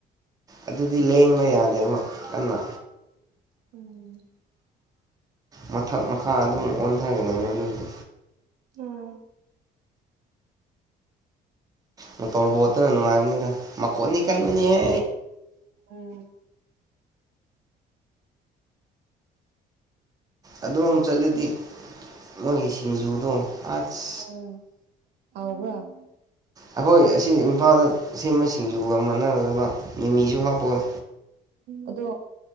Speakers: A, on the right; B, on the right.
A: ꯑꯗꯨꯗꯤ ꯂꯦꯡꯕ ꯌꯥꯗꯦꯕ ꯀꯟꯅ
B: ꯎꯝ
A: ꯃꯊꯛ ꯃꯈꯥ ꯑꯗꯨꯝ ꯑꯣꯟꯊꯒꯅꯦꯕ ꯑꯗꯨꯗꯤ
B: ꯎꯝ
A: ꯃꯣꯇꯣꯔ ꯕꯣꯠꯇꯅ ꯅꯨꯡꯉꯥꯏꯕꯅꯤꯗ ꯃꯈꯣꯟꯗꯤ ꯀꯟꯕꯅꯤꯍꯦ
B: ꯎꯝ
A: ꯑꯗꯣꯝ ꯆꯠꯂꯗꯤ ꯃꯣꯏꯒꯤ ꯁꯤꯡꯖꯨꯗꯣ ꯑꯁ
B: ꯎꯝ ꯍꯥꯎꯕ꯭ꯔꯥ
A: ꯑꯩꯈꯣꯏ ꯑꯁꯤ ꯏꯝꯐꯥꯜꯗ ꯁꯦꯝꯕ ꯁꯤꯡꯖꯨꯒ ꯃꯥꯟꯅꯔꯣꯢꯕ ꯃꯤꯃꯤꯁꯨ ꯍꯥꯞꯄꯣꯢ
B: ꯑꯗꯣ